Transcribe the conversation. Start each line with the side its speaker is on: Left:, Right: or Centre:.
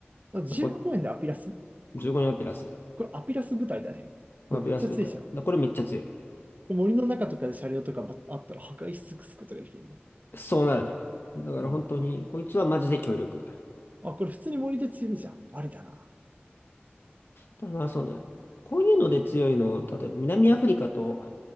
Right: だ。だか15円でアピラス
Left: だこ15円アピラス。
Right: これアピラス部隊だね。
Left: これアピラス部隊。
Right: これめっちゃ強いじゃん。
Left: だこれめっちゃ強い。
Right: 森の中とかで車両とかばあったら破壊し尽くすことができるね。
Left: そうなるね。だから本当に、
Right: うん。
Left: こいつはマジで強力。
Right: あ、これ普通に森で強いじゃん。ありだな。
Left: ただまあそうね。こういうので強いの、例えば南アフリカと、